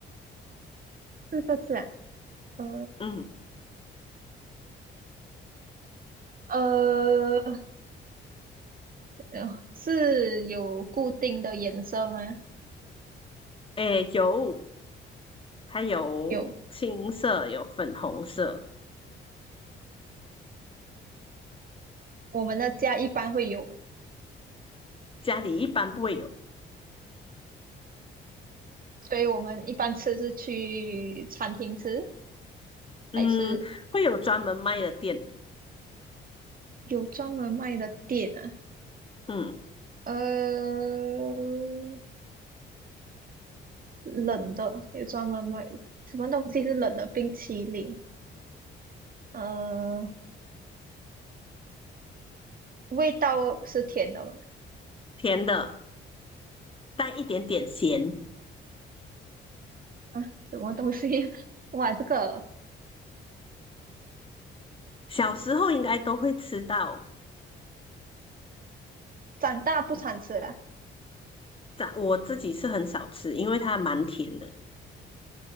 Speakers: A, on the right; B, on the left.
A: 四个字啊，呃
B: 嗯，
A: 呃，呃是有固定的颜色吗？
B: 哎，有，它有青色，
A: 有，
B: 有粉红色，
A: 我们的家一般会有嘛，
B: 家里一般不会有。
A: 所以我们一般吃是去餐厅吃，
B: 嗯，
A: 还是
B: 会有专门卖的店。
A: 有专门卖的店啊？
B: 嗯，
A: 呃，冷的有专门卖的，什么东西是冷的？冰淇淋，呃，味道是甜的吗？
B: 甜的，带一点点咸，
A: 啊，什么东西？<laughs> 哇，这个
B: 小时候应该都会吃到。
A: 长大不常吃啊！
B: 早我自己是很少吃，因为它蛮甜的，